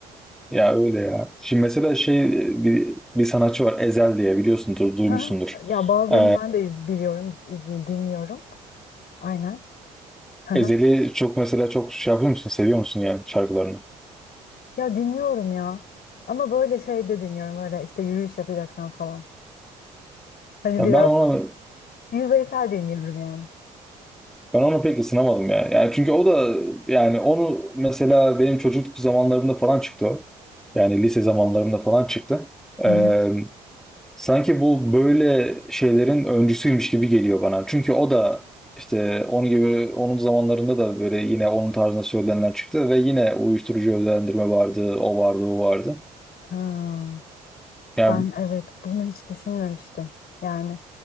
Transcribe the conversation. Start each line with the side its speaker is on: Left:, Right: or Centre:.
Centre: Ya öyle ya. Şimdi mesela şey bir, bir sanatçı var Ezel diye biliyorsundur, duymuşsundur.
Left: Hı hı. Ya bazılarını
Centre: Ee,
Left: ben de iz biliyorum, iz- dinliyorum. Aynen. Hı hı.
Centre: Ezel'i çok mesela çok şey yapıyor musun, seviyor musun yani şarkılarını?
Left: Ya dinliyorum ya. Ama böyle şey de dinliyorum böyle işte yürüyüş yapacaksan falan. Hani
Centre: Ya
Left: biraz
Centre: ben onu
Left: yüzeysel dinliyorum yani.
Centre: ben onu pek ısınamadım ya. Yani çünkü o da yani onu mesela benim çocukluk zamanlarımda falan çıktı o. Yani lise zamanlarımda falan çıktı.
Left: Hı
Centre: Ee,
Left: hı.
Centre: Sanki bu böyle şeylerin öncüsüymüş gibi geliyor bana. Çünkü o da işte onun gibi onun zamanlarında da böyle yine onun tarzında söylenenler çıktı ve yine uyuşturucu özendirme vardı, o vardı, o vardı.
Left: Hmm.
Centre: Yani
Left: Ben evet bunu hiç düşünmemiştim. Yani